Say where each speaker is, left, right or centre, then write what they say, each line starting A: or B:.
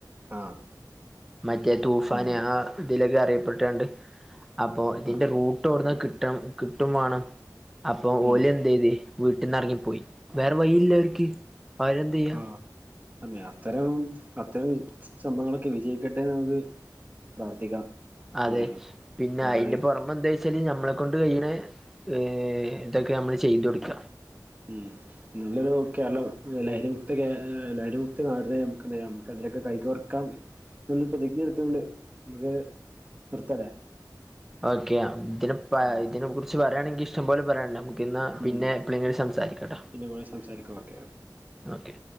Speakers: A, on the right; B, in the centre.
A: ആഹ്
B: മറ്റേ തൂഫാന്
A: ഉം
B: ആ ഇതിലൊക്കെ അറിയപ്പെട്ടാണ്ട് അപ്പൊ ഇതിന്റെ
A: ആഹ്
B: റൂ ട്ടവിടന്നാ
A: അപ്പൊ
B: കിട്ടാ കിട്ടും വേണം അപ്പൊ
A: ഉം
B: ഓല് എന്തെയ്ത് വീട്ടിന്നെർ ങ്ങി പോയ് വേറെ വഴിയില്ലവർക്ക് അവരെന്ത് ചെയ്യാ?
A: ആഹ് അന്നെ അത്തരം അത്തരം സംഭവങ്ങളൊക്കെ വിജയിക്കട്ടെന്ന് ള്ളത് പ്രാർത്ഥിക്കാം.
B: അതെ
A: എന്തായാലും
B: പിന്നെ
A: അപ്പൊ
B: അയിന്റെ പുറ പ്പ എന്തേച്ചാല് നമ്മളെ കൊണ്ട് കയ്യ്ണെ ഏ ഇതൊക്കെ നമ്മള് ചെയ്തൊട്ക്ക.
A: മ് നല്ലൊരു കേരള ലഹരിമുക്ത കേ ലഹരി മുക്ത ഈ നാട്നെനമുകെന്തെയ്യാം നമ്ക്ക് അതിലൊക്കെ കൈ കോർക്കാം. ഇപ്പൊ ഇന്ന് പ്രതിജ്ഞ എടുത്തൊണ്ട് നമുക്ക് നിർത്താല്ലേ
B: ഓക്കെ യാം ഇതിന്
A: ഓക്കെ
B: ഇതിനെ കുറിച്ച് പറയാണെങ്കി ഇഷ്ടം പോലെ പറയാനുണ്ട് ന എന്നാ പിന്നെ
A: ഉം
B: എപ്പളെങ്കിലും സംസാരിക്കാട്ടോ
A: പിന്നെ പോയി സംസാരിക്കാം ഓക്കെ
B: ഓക്കെ